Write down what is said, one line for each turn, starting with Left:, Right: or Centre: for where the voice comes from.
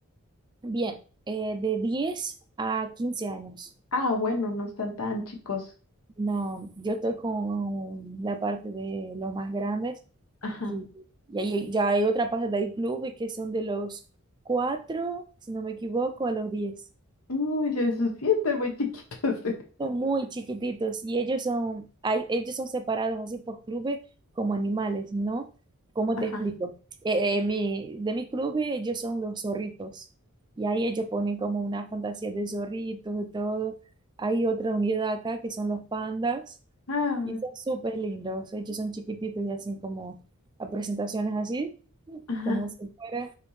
Right: Bien, eh, de 10 a 15 años.
Left: Ah, bueno, no están tan chicos.
Right: No, yo estoy con la parte de los más grandes
Left: Ajá.
Right: que- y ahí ya hay otra parte del club y que son de los 4, si no me equivoco, a los 10.
Left: Uy, Jesús, sí están muy chiquitos.
Right: Son muy chiquititos y ellos son, hay, ellos son separados así por clubes como animales, ¿no? ¿Cómo
Left: <laughs> Ajá,
Right: te explico? Eh, eh, mi, de mi club eh, ellos son los zorritos y ahí ellos ponen como una fantasía de zorritos y todo. Hay otra unidad acá que son los pandas
Left: ah,
Right: y son súper lindos. Ellos son chiquititos y hacen como a presentaciones así,
Left: ajá.
Right: como si fuera,